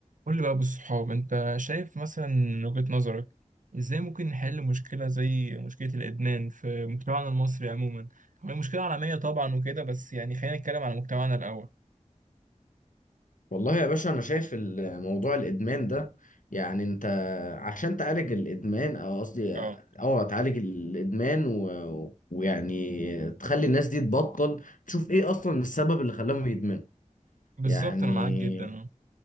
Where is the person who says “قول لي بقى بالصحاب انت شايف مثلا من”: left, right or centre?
Right